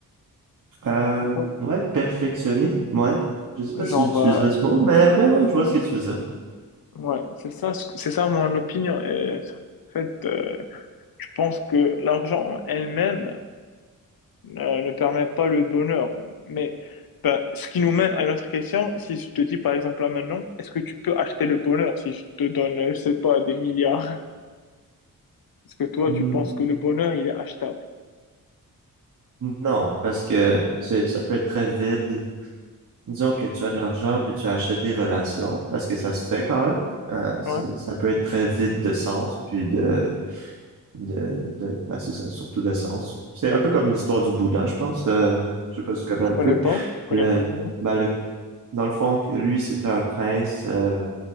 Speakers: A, on the right; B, on the left.
A: Euh,
B: Tu vois?
A: ouais, perfectionner, ouais. Je sais pas
B: Genre,
A: si j'utiliserais
B: euh,
A: ce mot, mais, mais ouais, je vois ce que tu veux dire.
B: ouais, c'est ça, ce que- c'est ça mon opinion. Et, en fait, euh, je pense que l'argent en elle-même, euh, ne permet pas le bonheur. Mais ben, ce qui nous mène à une autre question, si je te dis par exemple là maintenant, est-ce que tu peux acheter le bonheur si je te donne, euh, je sais pas, des milliards? Est-ce que toi,
A: Hmm,
B: tu penses que le bonheur, il est achetable?
A: Non, parce que c'est, ça peut être très vide. Disons que tu as de l'argent, puis tu achètes des relations, parce que ça se fait quand même. Euh, c'est,
B: Ouais,
A: ça peut être très vide de sens, puis de, de, de ben, c'est ça, surtout d'essence. C'est un peu comme l'histoire du Bouddha, je pense. Euh, je sais pas si tu connais
B: je
A: un peu.
B: connais pas, je connais
A: Le,
B: pas du moins.
A: ben, le, dans le fond, lui, c'était un prince euh,